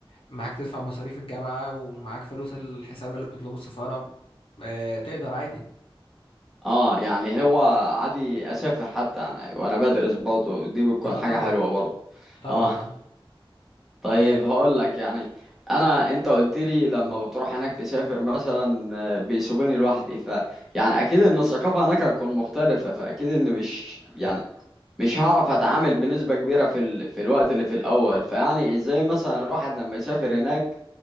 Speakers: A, on the left; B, in the centre.
A: معاك تدفع مصاريف الجامعة ومعاك فلوس الحساب اللي بتطلبه السفارة آه تقدر عادي
B: اه يعني هو عادي اسافر حتى يعني وانا بدرس برضه دي بتكون
A: اه
B: حاجه
A: طبعا
B: حلوه برضه
A: طبعا
B: اه
A: اه,
B: طيب
A: آه
B: هقول لك يعني انا انت قلت لي لما بتروح هناك تسافر مثلا آه، بيسيبوني لوحدي ف يعني اكيد ان الثقافه هناك هتكون مختلفه فاكيد ان مش يعني مش هعرف اتعامل بنسبة كبيرة في ال... في الوقت اللي في الاول فيعني ازاي مثلا الواحد لما يسافر هناك